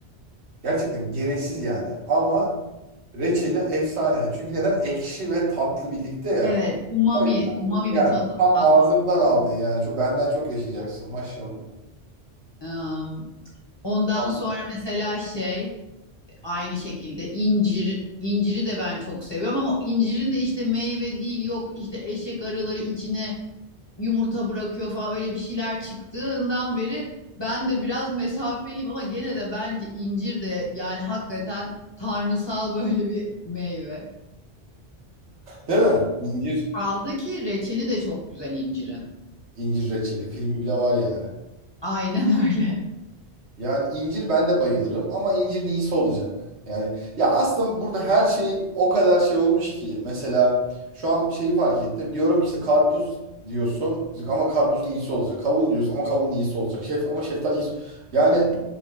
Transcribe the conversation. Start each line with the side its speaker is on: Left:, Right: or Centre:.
Right: Gerçekten gereksiz yani ama Reçeli efsane. Çünkü neden? Ekşi ve tatlı birlikte ya.
Left: Evet, umami,
Right: O yüzden
Left: umami
Right: bu- yani
Left: bir tat,
Right: tam
Left: tat
Right: ağzımdan
Left: var.
Right: aldın yani. Çok, benden çok yaşayacaksın maşallah.
Left: Em, Ondan
Right: Vallahi.
Left: sonra mesela şey aynı şekilde incir inciri de ben çok seviyorum ama incirin de işte meyve değil yok işte eşek arıları içine yumurta bırakıyor falan öyle bir şeyler çıktığından beri ben de biraz mesafeliyim ama gene de bence incir de yani hakikaten tanrısal böyle bir meyve.
Right: Değil mi? İncir,
Left: Kaldı ki reçeli de çok güzel incirin.
Right: incir reçeli. Filmi bile var yani.
Left: Aynen öyle. <laughs>
Right: Yani incir ben de bayılırım ama incirin iyisi olacak. Yani ya aslında burada her şeyin o kadar şey olmuş ki. Mesela şu an şeyi fark ettim. Diyorum ki işte karpuz diyorsun işte ama karpuzun iyisi olacak. Kavun diyorsun ama kavunun iyisi olacak. Şef ama şeftalinin iyisi. Yani